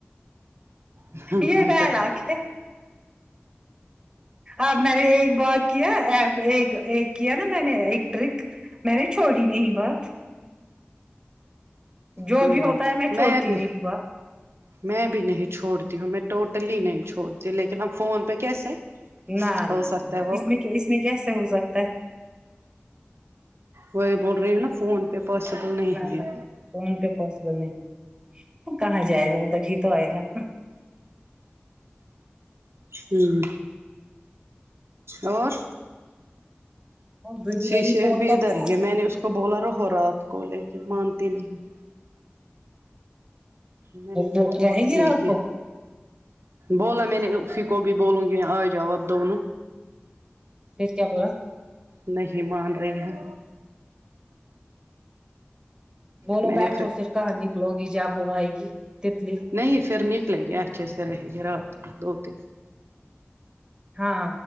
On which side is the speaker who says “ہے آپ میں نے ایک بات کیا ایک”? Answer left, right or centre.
Right